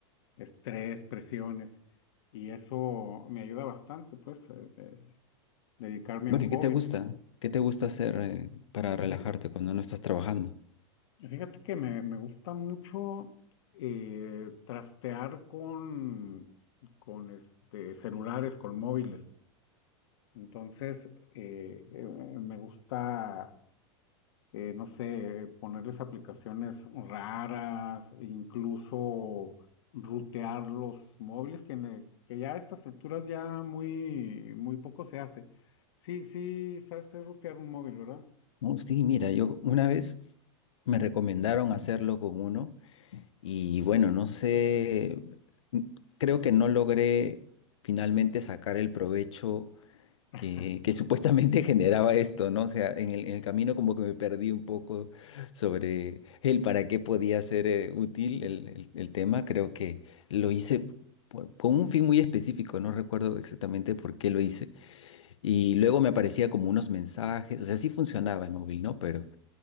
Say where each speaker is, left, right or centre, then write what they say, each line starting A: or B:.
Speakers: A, on the left (about 65°); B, on the left (about 85°).
A: estrés, presiones. Y eso me ayuda bastante, pues, eh, eh, dedicarme
B: Bueno,
A: a un hobby.
B: ¿y qué te gusta? ¿Qué te gusta hacer eh, para relajarte
A: Fíjate,
B: cuando no estás trabajando?
A: fíjate que me, me gusta mucho eh, trastear con, con este, celulares, con móviles. Entonces, eh, eh, me gusta eh, no sé, ponerles aplicaciones raras, incluso rutear los móviles, que, en el- que ya a estas alturas ya muy, muy poco se hace. Sí, sí, sabes qué es rutear un móvil, ¿verdad?
B: No, sí, mira, yo una vez me recomendaron hacerlo con uno y bueno, no sé, n- creo que no logré finalmente sacar el provecho
A: <laughs>
B: que, que supuestamente <laughs> generaba esto, ¿no? O sea, en el, en el camino como que me perdí un poco sobre el para qué podía ser eh, útil el, el- el tema. Creo que lo hice por- con un fin muy específico, no recuerdo exactamente por qué lo hice. Y luego me aparecía como unos mensajes, o sea, sí funcionaba el móvil, ¿no? Pero